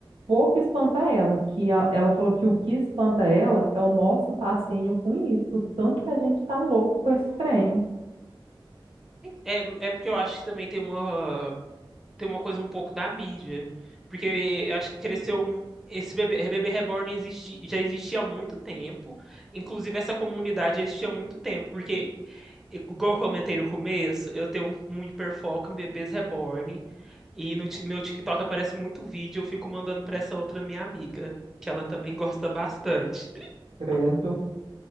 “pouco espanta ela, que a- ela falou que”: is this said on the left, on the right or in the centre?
Right